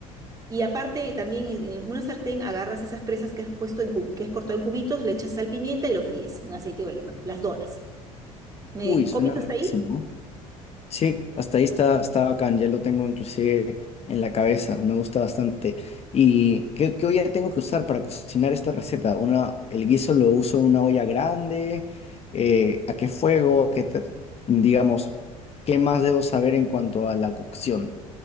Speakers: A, on the right; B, on the left.
A: Y aparte, también en en una sartén agarras esas presas que has puesto en cub- que has cortado en cubitos, le echas sal, pimienta y lo fríes en aceite de oliva. Las doras. ¿Me
B: Uy, suena
A: copias
B: riquísimo.
A: hasta ahí?
B: Sí, hasta ahí está, está bacán, ya lo tengo inclusive en la cabeza, me gusta bastante. ¿Y qué, qué olla tengo que usar para cocinar esta receta? Una, el guiso lo uso en una olla grande, eh, ¿a qué fuego? ¿Qué te- digamos, ¿qué más debo saber en cuanto a la cocción?